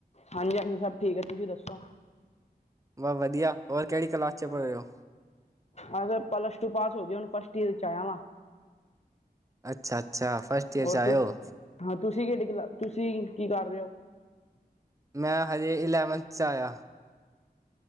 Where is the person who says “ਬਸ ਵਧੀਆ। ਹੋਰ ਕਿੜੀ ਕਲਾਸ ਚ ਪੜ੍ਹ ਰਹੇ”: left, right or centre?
Right